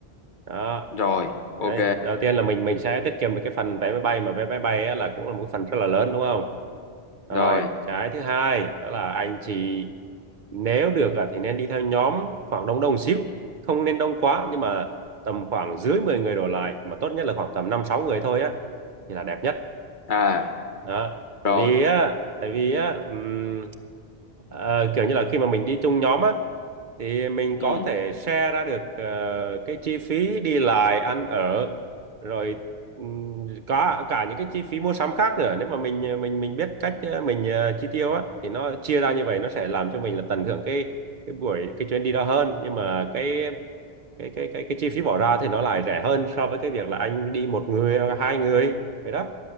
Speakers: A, on the right; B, on the left.
A: đó
B: rồi ok
A: đấy đầu tiên là mình mình sẽ tiết kiệm được cái phần vé máy bay mà vé máy bay á là cũng là một phần rất là lớn đúng không rồi
B: rồi
A: cái thứ hai đó là anh chị nếu được à, thì nên đi theo nhóm khoảng đông đông xíu không nên đông quá nhưng mà tầm khoảng dưới 10 người đổ lại mà tốt nhất là khoảng tầm 5 6 người thôi á thì là đẹp nhất.
B: à
A: Đó. Tại
B: rồi
A: vì á tại vì á ừm, ờ, kiểu như là khi mà mình đi chung nhóm á thì mình
B: ừ
A: có thể share ra được ờ, cái chi phí đi lại ăn ở rồi ừm, có cả những cái chi phí mua sắm khác nữa nếu mà mình ờ, mình mình biết cách ờ, mình ờ, chi tiêu á thì nó chia ra như vậy nó sẽ làm cho mình là tận hưởng cái cái buổi cái chuyến đi đó hơn nhưng mà cái cái cái cái cái chi phí bỏ ra thì nó lại rẻ hơn so với cái việc là anh đi một người hoặc hai người vậy đó